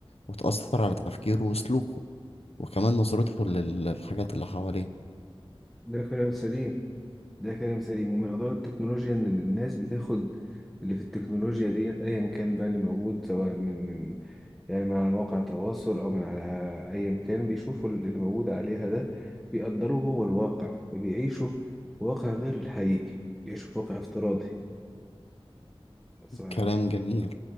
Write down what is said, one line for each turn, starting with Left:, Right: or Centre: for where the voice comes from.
Left: وتأثر على تفكيره وسلوكه وكمان نظرته لل- للحاجات اللي حواليه
Centre: ده كلام سليم ده كلام سليم ومن أضرار التكنولوجيا إن الناس بتاخد اللي في التكنولوجيا ديت أيا كان بقى اللي موجود سواء من من يعني من على مواقع التواصل أو من على أيا كان بيشوفوا اللي موجود عليها ده بيقدروه هو الواقع فبيعيشوا واقع غير الحقيقي بيعيشوا في واقع افتراضي صعب.
Left: كلام جميل